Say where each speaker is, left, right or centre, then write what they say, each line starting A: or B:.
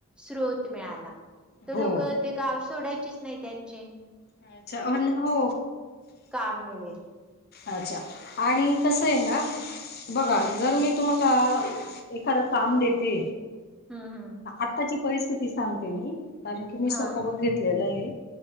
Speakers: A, in the centre; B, on the left.
A: स्रोत मिळाला तर
B: हो
A: लोक ते गाव सोडायचेच नाही त्यांची
B: अच्छा अर ना हो
A: काम मिळेल.
B: अच्छा आणि कसं आहे ना
A: हम्म
B: बघा जर मी तुमला एखाद काम देते
A: हम्म हम्म
B: आताची पथ स्िती सांगते मी कारण की मी
A: हा
B: स्वतः बघेतलेलं आहे